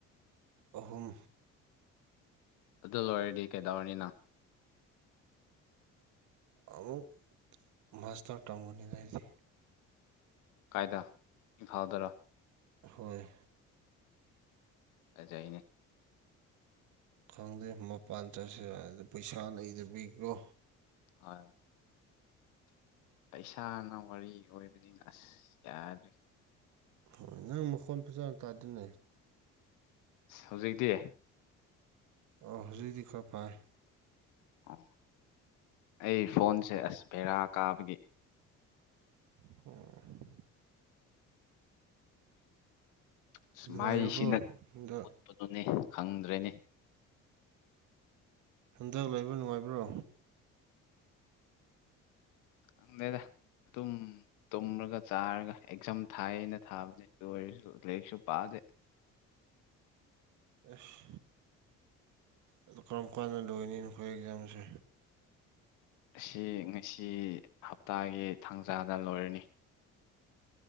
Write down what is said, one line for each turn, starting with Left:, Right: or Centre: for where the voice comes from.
Right: ꯑꯍꯨꯝ
Left: ꯑꯗꯨ ꯂꯣꯏꯔꯗꯤ ꯀꯩꯗꯧꯔꯅꯤ ꯅꯪ
Right: ꯑꯃꯨꯛ ꯃꯥꯁꯇꯔ ꯇꯝꯒꯅꯤꯗꯥ ꯑꯩꯁꯤ
Left: ꯀꯥꯏꯗ ꯏꯝꯐꯥꯜꯗꯔ
Right: ꯍꯣꯏ
Left: ꯐꯖꯩꯅꯦ
Right: ꯈꯪꯗꯦ ꯃꯄꯥꯟ ꯆꯠꯁꯤꯔꯗ ꯄꯩꯁꯥ ꯂꯩꯗꯕꯒꯤꯀꯣ
Left: ꯍꯣꯏ ꯄꯩꯁꯥꯅ ꯋꯥꯔꯤ ꯑꯣꯏꯕꯅꯤꯅ ꯑꯁ ꯌꯥꯗ꯭ꯔꯦ
Right: ꯍꯣꯏ ꯅꯪ ꯃꯈꯣꯟ ꯐꯖꯥꯅ ꯇꯥꯗꯦꯅꯦ
Left: ꯑꯁ ꯍꯧꯖꯤꯛꯇꯤ
Right: ꯑꯣ ꯍꯧꯖꯤꯛꯗꯤ ꯈꯔ ꯐꯔꯦ
Left: ꯑꯣ ꯑꯩ ꯐꯣꯟꯁꯦ ꯑꯁ ꯕꯦꯔꯥ ꯀꯥꯕꯒꯤ
Right: ꯑꯣꯝ
Left: ꯑꯁ
Right: ꯅꯨꯡꯉꯥꯏꯔꯤꯕ꯭ꯔꯣ
Left: ꯃꯥꯏꯁꯤꯅ
Right: ꯍꯟꯗꯛ
Left: ꯎꯠꯄꯗꯨꯅꯤ ꯈꯪꯗ꯭ꯔꯦꯅꯦ
Right: ꯍꯟꯗꯛ ꯂꯩꯕ ꯅꯨꯡꯉꯥꯏꯕ꯭ꯔꯣ
Left: ꯈꯪꯗꯦꯗ ꯑꯗꯨꯝ ꯇꯨꯝꯔꯒ ꯆꯥꯔꯒ ꯑꯦꯛꯖꯥꯝ ꯊꯥꯏꯅ ꯊꯥꯕꯅꯤ ꯑꯗꯨ ꯑꯣꯏꯔꯁꯨ ꯂꯥꯏꯔꯤꯛꯁꯨ ꯄꯥꯗꯦ
Right: ꯑꯁ ꯑꯗꯨ ꯀꯔꯝ ꯀꯥꯟꯗ ꯂꯣꯏꯅꯤ ꯅꯈꯣꯏ ꯑꯦꯛꯖꯥꯝꯁꯦ
Left: ꯑꯁꯤ ꯉꯁꯤ ꯍꯞꯇꯥꯒꯤ ꯊꯥꯡꯖꯥꯗ ꯂꯣꯏꯔꯅꯤ